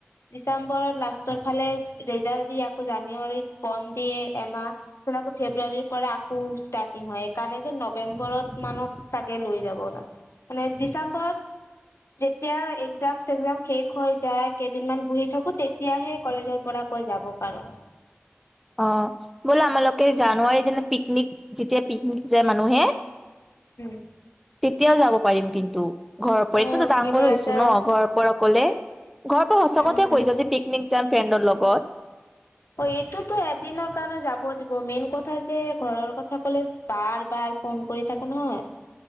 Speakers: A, on the left (about 80°); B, in the centre.
A: ডিচেম্বৰত লাষ্টৰ ফালে ৰিজাল্ট দি আকৌ জানুৱাৰীত বন দিয়ে। এমাহ আকৌ ফেব্ৰুৱাৰীৰ পৰা আকৌ ষ্টাৰ্টিং হয় সেইকাৰণে যে নৱেম্বৰত মানত চাগে লৈ যাব অলপ মানে ডিচেম্বৰত যেতিয়া এক্জাম চেগজাম শেষ হৈ যায় কেইদিনমান বহি থাকো তেতিয়াহে কলেজৰ পৰা ৈ যাব পাৰো।
B: <inaudible> অ' বোল আমালোকে জানুৱাৰী যেনে পিকনিক যেতিয়া পিকনিক যায় মানুহে
A: উম।
B: তেতিয়াও যাব পাৰিম কিন্তু ঘৰৰ
A: অ
B: এতিাতো ডাঙৰ
A: কিবা
B: হৈছো
A: এটা
B: ন ঘৰৰ পৰা অকলে। ঘৰৰ পৰা সঁচা
A: উম
B: কথা কৈ যাম যে পিকনিক যাম ফ্ৰেণ্ডৰ লগত।
A: অ' এইটোতো এদিনৰ কাৰণে যাব দিব মেইন কথা যে ঘৰৰ কথা কলে বাৰ বাৰ ফোন কৰি থাকে নহয়।